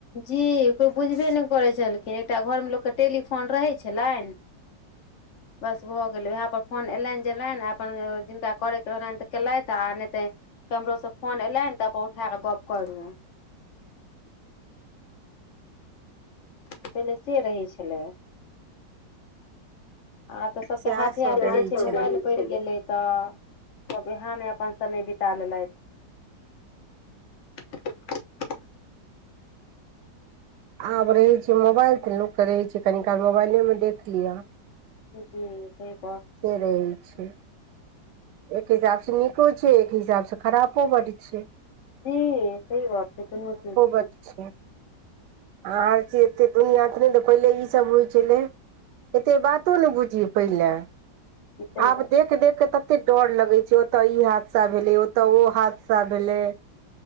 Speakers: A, on the left; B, on the right.
A: जी कोइ बुझबे नहि करैत छलखिन एकटा घरमें लोकके टेलीफोन रहैत छलैनि। <inaudible> बस भऽ गेलय उएह पर फोन एयलनि जेलनी अपन जिनका करयके रहलनि तऽ केलथि आ नहि ते कैम्हरो स फोन एलेन तब अपन उठा क गप करलौ। पहिले से रहै छलै। आब तऽ सबके
B: सएह
A: हाथे
B: सब
A: हाथ
B: रहै
A: जे छै मोबाइल
B: छलै
A: बढि गेलै तऽ सभ उएहमे अपन समय बिता लेलथि <unintelligible>
B: आब रहैत छैय मोबाइल तऽ लोक के रहैत छैय कनि काल मोबाइले में देख लिअ।
A: जी सही बात छैय।
B: से रहै छै एक हिसाबसँ नीको छैय एक हिसाबसँ खरापो बड छैय।
A: जी सही बात छैय दुनु चीज
B: बड्ड छै आर चीज एतेक दुनिआँ त नहि तऽ पहिले ईसभ होइ छलै। एते बातो ने बुझियय पहिले
A: सही
B: आब देख देख कऽ त कते डर लगै छैय ओतऽ ई हादसा भेलै ओतऽ ओ हादसा भेलै।